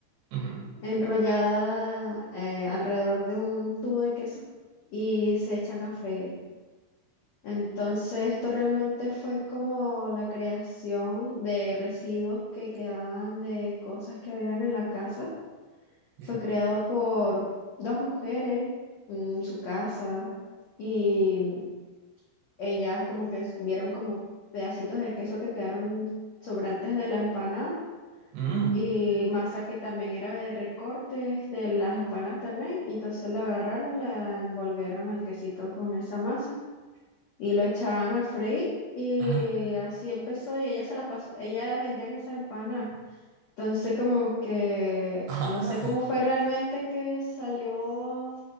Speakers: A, on the right; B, on the left.
A: ujú,
B: enrollada eh, alrededor de un tubo de queso y se echan a freír. Entonces, esto realmente fue como la creación de residuos que quedaban de cosas que habían en la casa.
A: Ya.
B: Fue creado por dos mujeres en su casa y mm, ellas como que s- vieron como pedacitos de queso que quedaron sobrantes de la empanada
A: Mm.
B: y masa que también era de recortes de las empanadas también. Entonces la agarraron y la envolvieron el quesito con esa masa y lo echaban a freír y
A: Ajá.
B: así empezó y ellas se las pas- ellas vendían esas empanadas. Entonces como que
A: Ah,
B: no sé cómo fue realmente que salió